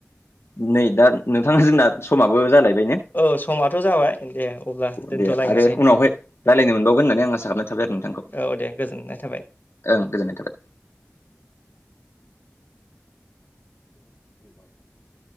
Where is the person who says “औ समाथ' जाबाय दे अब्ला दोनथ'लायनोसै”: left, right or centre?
Left